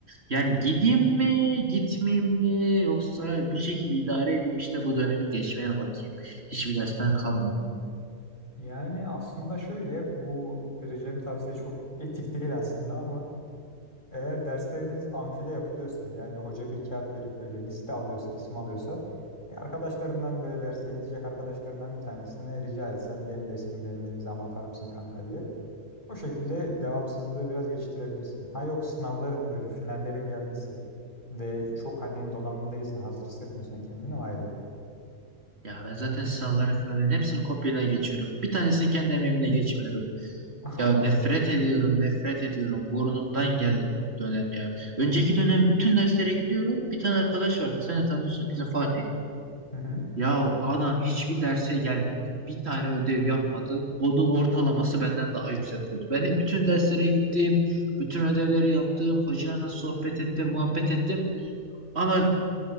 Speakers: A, on the right; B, on the left.
A: Yani gideyim mi, gitmeyeyim mi yoksa bir şekilde idare edeyim işte bu dönemi geçmeye bakayım. Hiçbir dersten kalmadım.
B: Yani aslında şöyle bu vereceğim tavsiye çok etik değil aslında ama Eğer dersleriniz amfide yapılıyorsa yani hoca bir kağıt verip böyle liste alıyorsa, isim alıyorsa ya arkadaşlarından böyle derse gidecek arkadaşlarından bir tanesine rica etsen benim de ismim benim de imzamı atar mısın kanka diye. O şekilde devamsızlığı biraz geçiştirebilirsin. Ha yok sınavların böyle finallerin geldiyse de çok hani donanımlı değilsen hazır hissetmiyorsan kendini o ayrı.
A: Ya ben zaten sınavları finallerin hepsini kopyadan geçiyorum. Bir tanesini kendi emeğimle geçmiyorum.
B: <laughs>
A: Ya
B: Allah
A: nefret
B: Allah.
A: ediyorum, nefret ediyorum. Burnumdan geldi bu dönem ya. Önceki dönem bütün derslere gidiyorum. Bir tane arkadaş vardı, sen de tanıyorsun, bizim Fatih.
B: Hı hı.
A: Ya adam hiçbir derse gelmedi. Bir tane ödev yapmadı. Onun ortalaması benden daha yüksek oldu. Ben de bütün derslere gittim, bütün ödevleri yaptım. Hocayla sohbet ettim, muhabbet ettim. Ama